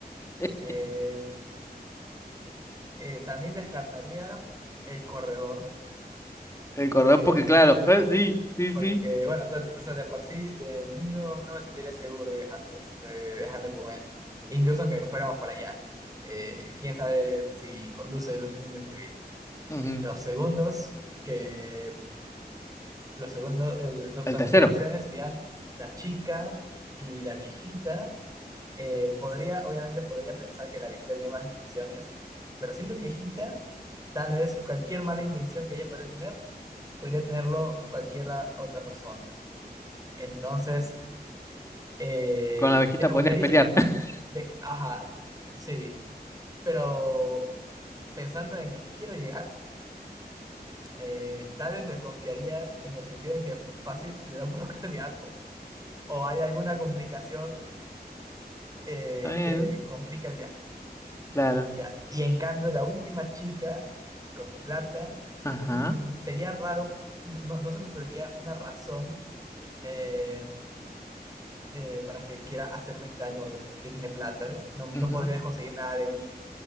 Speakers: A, on the left; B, on the right.
A: <laughs>
B: Eh, eh, también descartaría el corredor.
A: El cordón,
B: Eh,
A: porque claro, eh, sí, sí,
B: Porque,
A: sí.
B: bueno, tan- o sea, de por sí eh, no, no me sentiría seguro viajando, eh, viajando con él, incluso aunque fuéramos por allá. Eh, quién sabe si conduce lo suficientemente bien.
A: Ujú.
B: Los segundos, que los segundos, el- los-
A: El
B: las
A: tercero,
B: últimas opciones serían la chica y la viejita. Eh, podría, obviamente, podría pensar que la viejita tiene más intenciones, pero siendo viejita, tal vez cualquier mala intención que ella podría tener, podría tenerlo cualquier otra persona. Entonces, eh,
A: con la abejita
B: desconfiaría,
A: podrías pelear.
B: de,
A: <laughs>
B: de- ajá, sí, pero pensando en que quiero llegar, eh, tal vez desconfiaría en el sentido en que fácil le da un paro <laughs> cardíaco o hay alguna complicación eh,
A: Está bien,
B: que complica el viaje,
A: claro.
B: ya. Y en cambio, la última chica con plata,
A: Ajá.
B: mm, sería raro, no, no, no se me ocurriría una razón eh, eh, para que quiera hacerme daño o algo así. Ya tiene plata, no,
A: ujú.
B: no podrías conseguir nada de mí